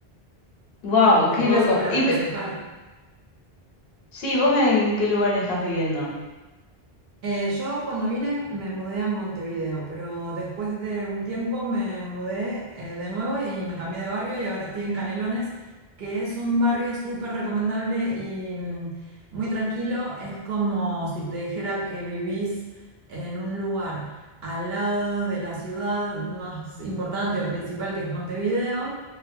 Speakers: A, on the left (about 75°); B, on the right (about 75°).
A: Wow,
B: te
A: qué
B: puedo
A: loco.
B: súper aconsejar.
A: Y, pe- sí, ¿vos en qué lugar estás viviendo?
B: Eh, yo cuando vine me mudé a Montevideo, pero después de un tiempo me mudé eh, de nuevo y me cambié de barrio y ahora estoy en Canelones, que es un barrio súper recomendable y mm, muy tranquilo. Es como si te dijera que vivís en un lugar al lado de la ciudad más importante o principal que es Montevideo,